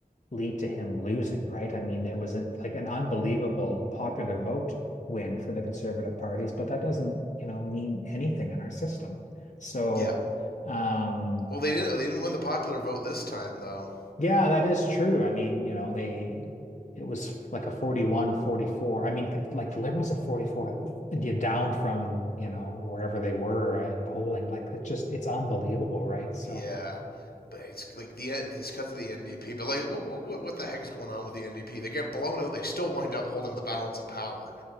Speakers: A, on the left; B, on the left.
A: lead to him losing, right? I mean, it was uh, like an unbelievable popular vote win for the conservative parties, but that doesn't, you know, mean anything in our system. So,
B: yeah.
A: um,
B: Well, they didn't they didn't win the popular vote this time though.
A: yeah, that is true. I mean, you know, they it was like a 41 44. I mean, con- like the Liberals at 44, you know, down from, you know, wherever they were in polling. Like it's just it's unbelievable, right? So
B: Yeah. But it's like the it's because of the NDP. But like, what what what the heck is going on with the NDP? They get blown out. They still wind up holding the balance of power.